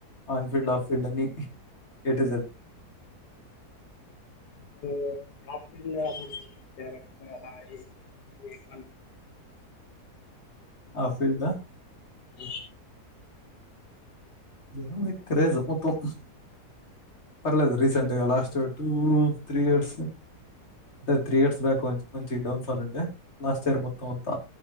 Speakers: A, on the left; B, on the left.
A: on field off field అన్ని A to Z
B: E <unintelligible> character
A: half field
B: అ
A: ఏముంది క్రేజ్ మొత్తం పర్లేదు రీసెంట్గా లాస్ట్ టూ త్రీ ఇయర్స్ అంటే త్రీ ఇయర్స్ బ్యాక్ మంచి డౌన్ ఫాల్ ఉండే లాస్ట్ ఇయర్ మొత్తం అంతా